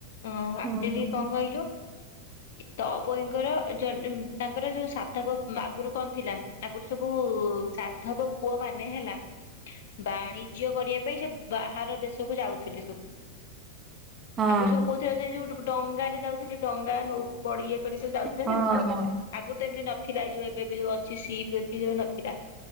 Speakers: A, on the left; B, on the right.
A: ଅ
B: ହଁ
A: ଆକଚୁଲି
B: ହଁ।
A: କଣ କହିଲୁ? ତପୋଇଙ୍କର ଯ ତାଙ୍କର ଯୋଉ ସାଧବ ଆଗରୁ କଣ ଥିଲା ଆଗରୁ ସବୁ ସାଧବ ପୁଅ ମାନେ ହେଲା ବାଣିଜ୍ୟ କରିବା ପାଇଁ ସେ ବାହାର ଦେଶକୁ ଯାଉଥିଲେ ସବୁ।
B: ହଁ
A: ଆଗରୁ ସବୁ କଉଥିରେ ଯା ଯୋଉ ଡ଼ଙ୍ଗାରେ ଯାଉଥିଲେ ଡ଼ଙ୍ଗା ନଉ ପଡ଼ିଏ କରି ସ ଯାଉଥିଲେ
B: ହଁ
A: ନା
B: ହଁ
A: ଆଗରୁ ତ ଏମିତି ନଥିଲା ଏଇ ଯୋଉ ଏବେ ବେ ଯୋଉ ଅଛି ସିପ୍ ଅ ସେ ଯୋଉ ନଥିଲା